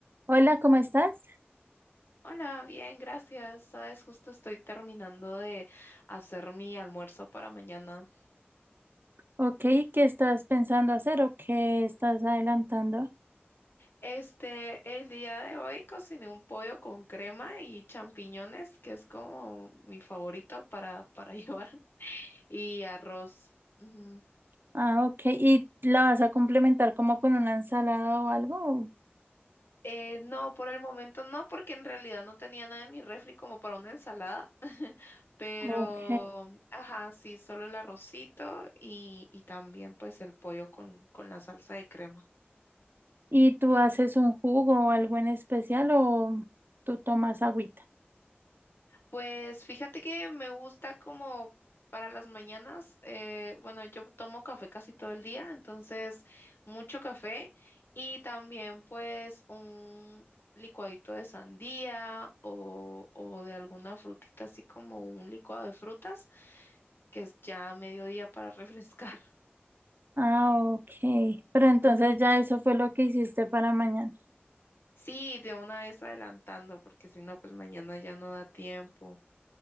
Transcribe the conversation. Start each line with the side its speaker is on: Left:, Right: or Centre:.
Right: Hola, ¿cómo estás?
Left: Hola, bien, gracias. Sabes, justo estoy terminando de hacer mi almuerzo para mañana.
Right: Ok, ¿qué estás pensando hacer o qué estás adelantando?
Left: Este, el día de hoy cociné un pollo con crema y champiñones, que es como mi favorito para, para <laughs> llevar, y arroz. Ujú.
Right: Ah, ok, ¿y la vas a complementar como con una ensalada o algo?
Left: Eh, no, por el momento no, porque en realidad no tenía nada en mi refri como para una ensalada. <laughs> Pero,
Right: Ok,
Left: ajá, sí, solo el arrocito y, y también pues el pollo con, con la salsa de crema.
Right: ¿y tú haces un jugo o algo en especial o tú tomas agüita?
Left: Pues fíjate que me gusta como para las mañanas, eh, bueno, yo tomo café casi todo el día, entonces mucho café y también pues un licuadito de sandía o, o de alguna frutita, así como un licuado de frutas, que es ya a mediodía para <laughs> refrescar.
Right: Ah, ok, pero entonces
Left: Ujú.
Right: ya eso fue lo que hiciste para mañana.
Left: Sí, de una vez adelantando, porque si no, pues mañana ya no da tiempo.